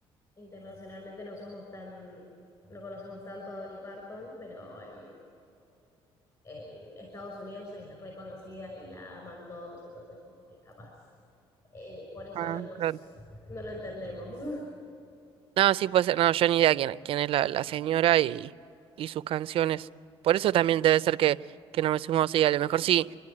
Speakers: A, on the left; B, on the right.
A: internacionalmente no somos tan, no conocemos tanto a Dolly Parton, pero en, en Estados Unidos es reconocida y la aman todos, entonces como que capaz, eh, por eso
B: Ah,
A: no nos,
B: claro.
A: no lo entendemos. <laughs>
B: No, sí puede ser. No, yo ni idea quién, quién es la, la señora y, y sus canciones. Por eso también debe ser que, que no me sumo. Sí, a lo mejor sí,